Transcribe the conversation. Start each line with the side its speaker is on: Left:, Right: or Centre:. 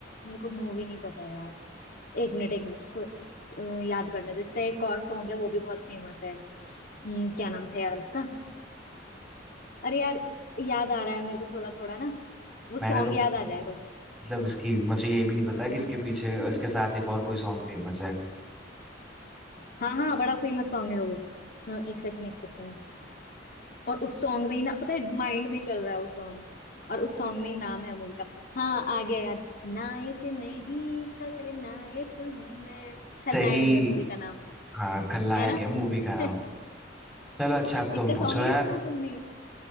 Left: मेरे को मूवी नहीं पता यार एक मिनट एक मिनट सो, सो, याद करने तो इसका एक और सॉन्ग है वो भी बहुत फेमस है हम्म, क्या नाम था यार उसका अरे यार याद आ रहा है मेरे को थोड़ा थोड़ा ना वो सॉन्ग
Centre: मैंने तो
Left: याद आ जाए बस
Centre: मतलब इसकी मुझे ये भी नहीं पता
Left: हाँ हाँ
Centre: कि इसके पीछे इसके साथ एक और कोई सॉन्ग फेमस है
Left: हाँ हाँ बड़ा फेमस सॉन्ग है वो हाँ, एक सेकंड एक सेकंड और उस सॉन्ग में ही ना पता है माइंड में चल रहा है वो सॉन्ग और उस सॉन्ग में ही नाम है मूवी का हाँ आ गया याद नायक नहीं खलनायक हूँ मैं खलनायक
Centre: सही
Left: है मूवी का नाम
Centre: हाँ खलनायक
Left: है ना
Centre: है मूवी का नाम
Left: <laughs>
Centre: चलो अच्छा अब तुम
Left: इसका सॉन्ग
Centre: पूछो
Left: नहीं
Centre: यार
Left: सुना तुमने